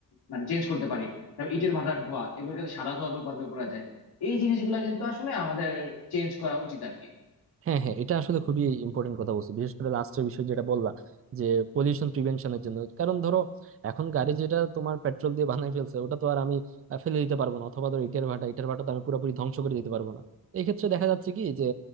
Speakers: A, on the left (about 80°); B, on the right (about 40°).
A: মানে চেঞ্জ করতে পারি তারপর ইটের ভাটার ধোঁয়া এগুলোকে তো সাদা ধোঁয়াতে রূপান্তর করা যায় এই জিনিসগুলো কিন্তু আসলে আমাদের চেঞ্জ করা উচিত আর কি
B: হ্যাঁ হ্যাঁ এটা আসলে খুবই ইম্পর্টেন্ট কথা বলছো বিশেষ করে লাস্টের বিষয় যেটা বললা যে পলিউশন প্রিভেনশনের জন্য কারণ ধরো এখন গাড়ি যেটা তোমার পেট্রোল দিয়ে বানাই ফেলছে ওটা তো আর আমি আহ, ফেলে দিতে পারবো না অথবা ধরো ইটের ভাটা ইটের ভাটা তো আমি পুরোপুরি ধ্বংস করে দিতে পারবো না এই ক্ষেত্রে দেখা যাচ্ছে কি যে